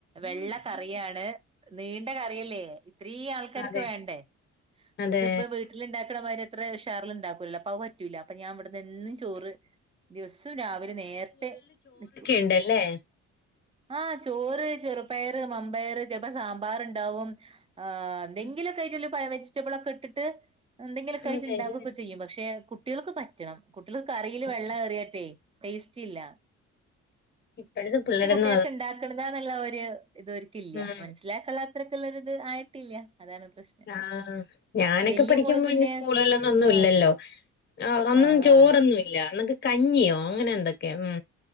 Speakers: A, on the right; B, on the left.
A: വെള്ളക്കറിയാണ് നീണ്ട ക അല്ലേ ഇത്രീം ആൾക്കാർക്ക്
B: അതെ.
A: വേണ്ടേ
B: അതെ.
A: ഇത്പ്പോ വീ വീട്ടില് ഉണ്ടാക്കുന്നമാതിരി എത്ര ഉഷാറിലും ഉണ്ടാക്കൂല്ലോ അപ്പൊ അത് പറ്റൂല്ല അപ്പ ഞൻ ഇവിടന്ന്ും ചോറ് ദിവസവും രാവിലെ നേരത്തെ നിട്ടും
B: ഇണ്ടല്ലേ
A: ആഹ ചോറ് ചെറുപ്പയർ മമ്പയർ ചിലപ്പോ സാമ്പാർ ഉണ്ടാവും ആ എന്തെങ്കിലുമൊക്കെ
B: ഉം.
A: ആയിട്ട് വെജിറ്റബിള ഒക്കെ ഇട്ടിട്ട് എന്തെങ്കിലുമൊക്കെ ആയിട്ട്
B: അതെല്ലേ.
A: ഉണ്ടാക്കുകൊക്കെ ചെയ്യും പക്ഷെ കുട്ടികൾക്ക് പറ്റണം കുട്ടികൾക്ക് കറിയിൽ
B: പറ്റും.
A: വെള്ളം ഏറിയാട്ടെ ടേസ്റ്റ് ഇല്ല
B: ഇപ്പോഴത്തെ പിള്ളരന്നു
A: കുട്ടിയൊക്കെ ഉണ്ടാക്കണതാ എന്നുള്ള ഒരു ഇതോരിക്ക ഇല്ല
B: ഉം.
A: മനസ്സിലാക്കുള്ള അത്രക്കുള്ളരി ഇത് ആയിട്ടില്ല അതാണ് പ്രശ്നം
B: ആഹ ഞാനൊക്കെ
A: വല്യ
B: പഠിക്കുമ്പോ
A: മോള് പിന്നെ
B: അയിന് സ്കൂള് ള്ളെന്നും
A: ഇപ്പ
B: ഇല്ലല്ലോ ആ അന്നൊന്നും
A: ആഹ്
B: ചോറൊന്നും
A: ആഹ്
B: ഇല്ല അന്നൊക്കെ കഞ്ഞിയോ അങ്ങനെ എന്തൊക്കെയ ഉം